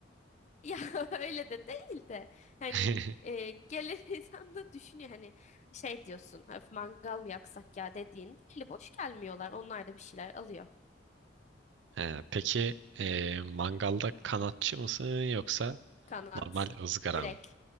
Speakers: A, on the left; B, on the right.
A: Ya <laughs> öyle de değil de hani
B: <laughs>
A: e, gelen <laughs> insan da düşünüyor hani şey diyorsun "Öf, mangal mı yaksak ya dediğin eli boş gelmiyorlar onlar da bir şeyler alıyor
B: He, peki e, mangalda kanatçı mısın yoksa
A: kanat
B: Normal ızgara
A: direkt
B: mı?